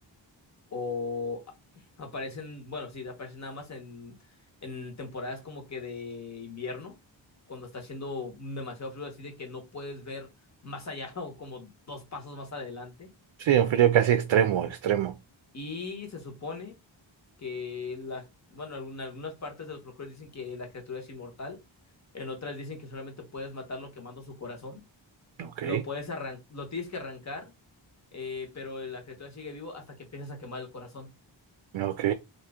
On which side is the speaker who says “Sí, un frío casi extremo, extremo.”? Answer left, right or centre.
Right